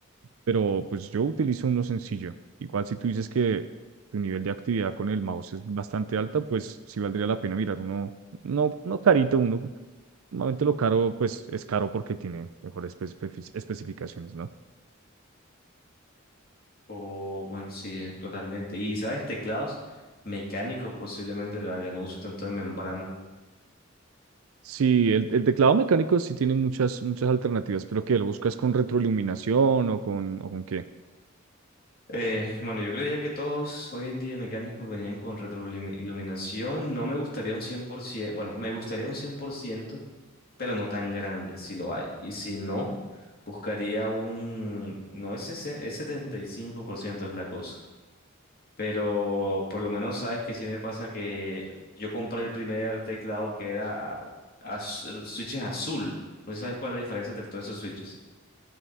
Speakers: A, on the right; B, on the left.
A: pero pues yo utilizo uno sencillo. Igual si tú dices que tu nivel de actividad con el mouse es bastante alta, pues sí valdría la pena mirar uno, no, no carito, uno, normalmente lo caro, pues es caro porque tiene mejores espe- especificaciones, ¿no?
B: O bueno, sí, eh, totalmente. Y sabes, teclados mecánicos posiblemente, ya ya no uso tanto de membrana.
A: Sí, el, el teclado mecánico sí tiene muchas, muchas alternativas, pero ¿qué? ¿Lo buscas con retroiluminación o con, o con qué?
B: Eh, bueno, yo creía que todos hoy en día mecánicos venían con retroiluminación. No me gustaría un 100%, bueno, me gustaría un 100%, pero no tan grande, si lo hay. Y si no, buscaría un, no es, sesen- es 75% es la cosa. Pero por lo menos sabes que sí me pasa que yo compré el primer teclado que era a- az- switches azul. No sé si sabes cuál es la diferencia entre todos esos switches.